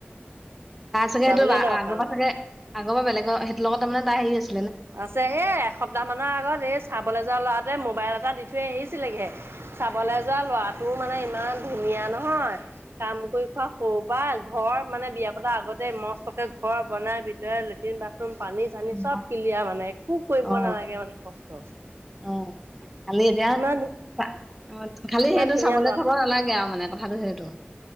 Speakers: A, in the centre; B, on the right (about 85°).
A: তাৰ চাগে
B: যাবলৈ
A: সেইটো আ-আ-আগপা
B: দৰকাৰ নাই
A: চাগে,
B: বোলো
A: আগপা বেলেগৰ সেইটোৰ লগত তাৰমানে তা হেৰি আছি
B: আছে এ, এসপ্তাহ মানৰ আগত এই চাবলৈ যোৱা ল'ৰাটোৱে মোবাইল এটা দি থৈ আহিছিলেগেহে, চাবলৈ যোৱা ল'ৰাটোও মানে ইমান ধুনীয়া নহয়! কাম কৰি খোৱা সৰুৰ পা, ঘৰ মানে বিয়া পতা আগত তেই মস্তকে ঘৰ বনাই ভিতৰে লেট্ৰিন, বাথৰুম পানী-চানী
A: উম
B: চব কিলিয়াৰ মানে একো কৰিব
A: অ
B: নালাগে মানে কষ্ট।
A: অ', খালি এতিয়া
B: ইমান
A: তা, খালি
B: ইমান
A: সেইটো
B: ধুনীয়া
A: চাবলে
B: ল'ৰা
A: যাব নালাগে আৰু মানে কথাটো সেইটো।